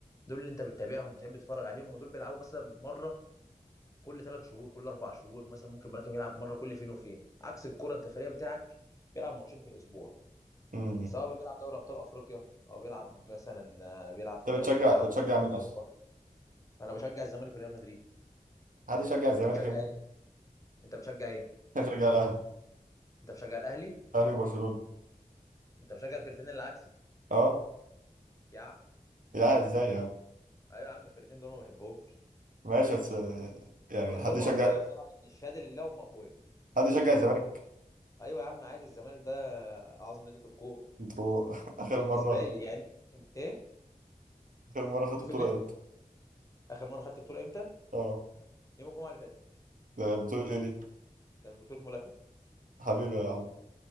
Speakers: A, on the left (about 20°); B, on the right (about 65°).
A: دول اللي انت بتتابعهم بتحب تتفرج عليهم ودول بيلعبوا مثلا مره كل ثلاث شهور كل اربع شهور مثلا ممكن ملاكم يلعب مره كل فين وفين عكس الكوره انت الفريق بتاعك بيلعب ماتشين في الاسبوع
B: امم امم.
A: سواء بقى بيلعب دوري ابطال افريقيا او بيلعب مثلا آه، بيلعب في الدوري
B: انت بتشجع
A: بتاعه
B: بتشجع
A: دوري ابطال
B: مين
A: اوروبا
B: اصلا
A: انا بشجع الزمالك وريال مدريد
B: حد يشجع الزمالك
A: انت بتشجع
B: يا ابني
A: ايه انت بتشجع ايه
B: <laughs> بشجع الاهلي
A: انت بتشجع الاهلي
B: الاهلي وبرشلونه
A: انت بتشجع الفرقتين اللي عكسي
B: اه
A: يا عم.
B: يا ازاي يا عم
A: ايوه يا عم الفرقتين دول ما بحبهمش
B: ماشي بس آه، يعني
A: آه، بس
B: حد
A: هم
B: يشجع
A: اقوياء بصراحه يعني الشهاده لله هم اقوياء
B: حد يشجع الزمالك
A: ايوه يا عم عادي الزمالك ده اعظم نادي في الكون
B: انتوا <laughs> اخر
A: بالنسبه
B: مره
A: لي يعني انت ايه
B: اخر مره خدتوا
A: بتقول
B: بطوله
A: ايه
B: امتى
A: اخر مره خدت بطوله امتى
B: اه
A: يوم الجمعه اللي فاتت
B: ده بطوله ايه دي
A: كانت بطولة ملاكمة
B: حبيبي يا عم